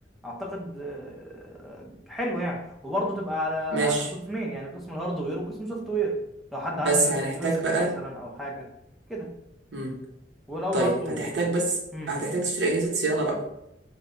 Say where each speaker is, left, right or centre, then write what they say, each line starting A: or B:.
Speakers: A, in the centre; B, on the right.
A: اعتقد آه، حلو يعني وبرضه تبقى على
B: ماشي
A: على قسمين يعني قسم الهاردوير وقسم سوفت وير لو حد
B: بس
A: عايز ينزل
B: هنحتاج
A: نسخه
B: بقى
A: مثلا او حاجه كده
B: مم.
A: ولو
B: طيب
A: برضه
B: هتحتاج بس
A: مم.
B: هتحتاج تشتري اجهزه صيانه بقى